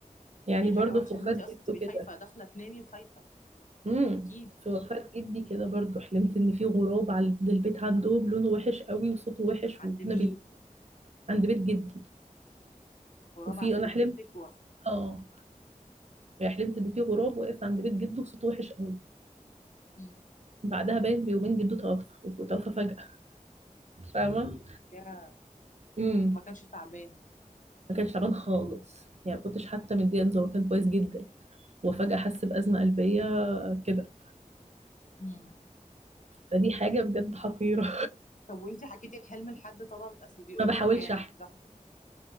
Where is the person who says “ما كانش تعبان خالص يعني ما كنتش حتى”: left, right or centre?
Right